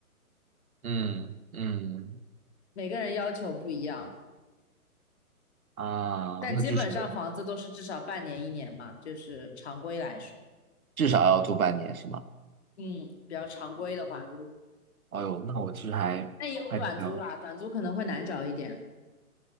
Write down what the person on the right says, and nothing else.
嗯嗯
啊，
那就是
至少要租半年是吗？
哎呦，那我其实还还比较